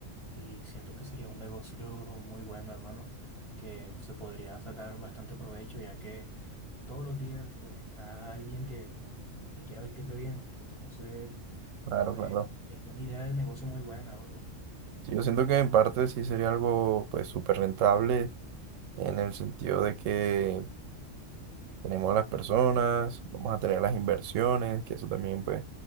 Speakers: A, in the centre; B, on the right.
A: Y siento que sería un negocio muy bueno, hermano, que se podría sacar bastante provecho, ya que todos los días, pues, está alguien que, que quiera vestirse bien. Entonces...
B: Claro,
A: Pues
B: claro.
A: es una idea de negocio muy buena, bro.
B: Sí, yo siento que en parte sí sería algo pues súper rentable en el sentido de que tenemos a las personas, vamos a tener las inversiones, que eso también pues